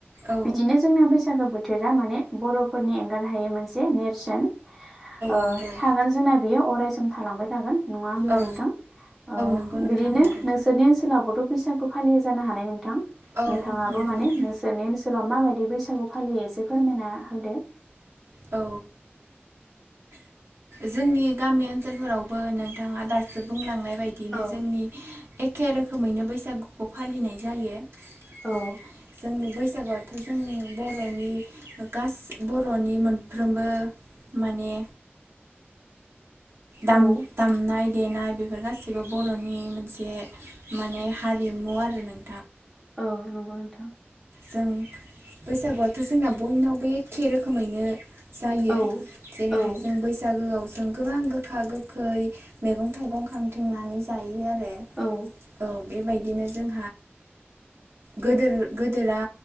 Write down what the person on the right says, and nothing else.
औ
नंगौ
औ
नंगौ नोंथां
नंगौ
औ
नंगौ
नोंथां
औ जोंनि गामि ओनसोलफोरावबो नोंथाङा दासो बुंलांनाय बायदियैनो
जोंनि एखे रोखोमैनो बैसागुखौ फालिनाय जायो
जों बैसागुआथ' जोंनि बर'नि गास बर'नि मोनफ्रोमबो माने दाम
दामनाय देनाय बेफोर गासिबो बर'नि मोनसे माने हारिमु आरो नों
जों बैसागुआथ' जोंना बयनावबो एखे रो खोमैनो जायो
जेरैहाय
जों बैसागोआव जों गोबां गो गोखा-गोखै, मैगं-थाइगं खांथिंनानै जायो। आरो
औ बेबायदिनो जों। गोदोरा